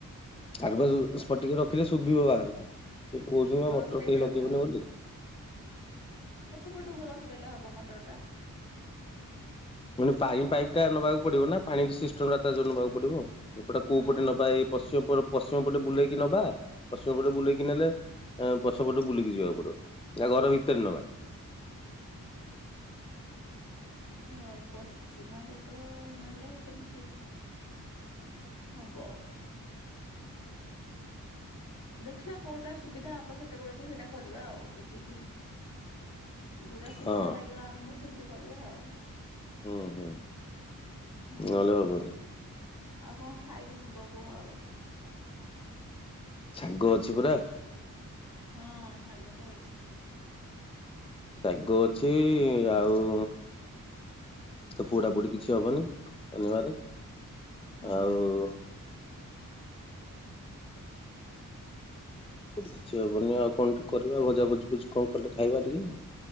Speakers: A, on the left; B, on the left.
A: ଆଗ ସ୍ପଟିକ ରେ ରଖିଲେ ଶୁଭିବ ବାହାରକୁ। ସେ କହୁଛନ୍ତି
B: ହଁ
A: ମଟର
B: ସେଇଟା
A: କେହି ଲଗେଇିବନି
B: ତ
A: ବୋଲି।
B: ହେପଟକୁ ରଖିଦେଲେ ହେବ ମଟରଟା।
A: ପୁଣି ପାଣି ପାଇପ୍ ଟା ନବାକୁ ପଡିବ ନା ପାଣି ସିଷ୍ଟମ ତା ନେବାକୁ ପଡିବ ଏପଟ
B: ହଁ।
A: କୋଉ ପଟେ ନବା ଏ ପଶ୍ଚିମ ପଶ୍ଚିମ ପଟେ ବୁଲେଇକି ନବା ପଶ୍ଚିମ ପଟେ ବୁଲେଇକି ନେଲେ ପଛ ପଟୁ ବୁଲିକି ଯିବାକୁ ପଡିବ ନା ଘର ଭିତରେ ନବା?
B: ଘର ପଶ୍ଚିମ ପଟ ନେଲେ କେମିତି ହବ। ଦେଖିବା କୋଉଟା ସୁବିଧା ହବ ସେତେବେଳକୁ ସେଇଟା କରିବା ଆଉ ଦେଖିକି। ଯୋଉଟା ସୁବିଧା
A: ହଁ
B: ଲାଗିବ ଆମକୁ ସେମିତି କରିବା ଆଉ।
A: ହୁଁ ହୁଁ
B: ହଁ।
A: ନହେଲେ ହବନି
B: ଆଉ କଁ ଖାଇକି ଯିବ କୁହ ଏବେ?
A: ଶାଗ ଅଛି ପରା।
B: ହଁ ଶାଗ ତ ଅଛି।
A: ଶାଗ ଅଛି ଆଉ ତ ପୋଡା ପୋଡି କିଛି ହବନି ଶନିବାର
B: ହଁ
A: ଆଉ
B: <inaudible>
A: ପା କିଛି ହବନି ଆଉ କଁ ଟିକେ କରିବା ଭଜା ଭୁଜି ବୁଜି କଣ କଲେ ଖାଇବା ଟିକେ।